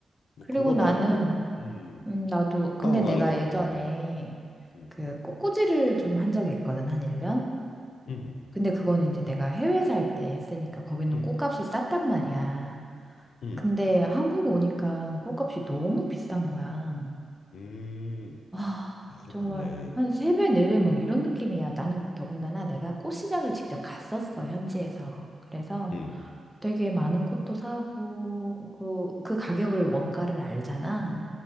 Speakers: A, on the left; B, in the centre.
A: 뭐
B: 그리고
A: 그거
B: 나는,
A: 말고도 음,
B: 음, 나도, 근데
A: 어, 말해줘.
B: 내가 예전에
A: 음, 음,
B: 그 꽃꽂이를 좀 한 적이 있거든, 한 1년?
A: 음,
B: 근데 그거는 이제 내가 해외 살 때 했으니까 거기는
A: 음,
B: 꽃값이 쌌단 말이야.
A: 음,
B: 근데 한국 오니까 꽃값이 너무 비싼 거야.
A: 음.
B: 와,
A: 아, 그렇겠네.
B: 정말 한 세 배 네 배 막 이런 느낌이야. 나는 더군다나 내가 꽃시장을 직접 갔었어, 현지에서. 그래서
A: 응,
B: 되게 많은 꽃도 사고, 그, 그 가격을 원가를 알잖아.